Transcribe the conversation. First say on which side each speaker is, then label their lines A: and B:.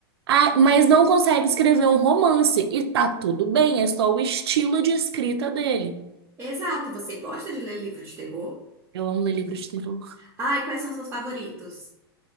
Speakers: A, on the right; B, on the right.
A: ah, mas não consegue escrever um romance. E tá tudo bem, é só o estilo de escrita dele.
B: Exato, você gosta de ler livro de terror?
A: Eu amo ler livros de terror.
B: Ai, quais são seus favoritos?